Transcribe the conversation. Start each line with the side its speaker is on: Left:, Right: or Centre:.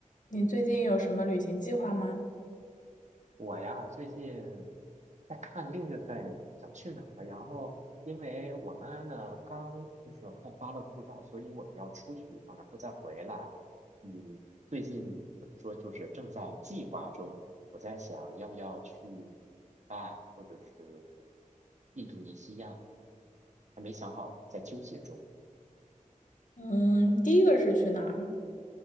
Left: 你最近有什么旅行计划吗？
Right: 我呀，最近在看六月份想去哪儿，然后因为我妈呢刚就是换发了护照，所以我们要出去一趟，然后再回来。嗯，最近怎么说，就是正在计划中。我在想要不要去啊，或者是印度尼西亚，还没想好，在纠结中。
Left: 嗯，第一个是去哪儿？